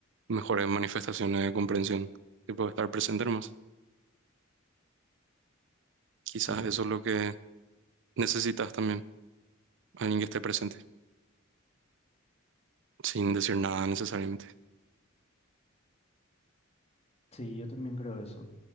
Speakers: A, on the right; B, on the left.
A: mejores manifestaciones de comprensión, tipo estar presente nomás. Quizás
B: Sí,
A: eso es lo que necesitas también, alguien que esté presente, sin decir nada necesariamente.
B: sí, yo también creo eso.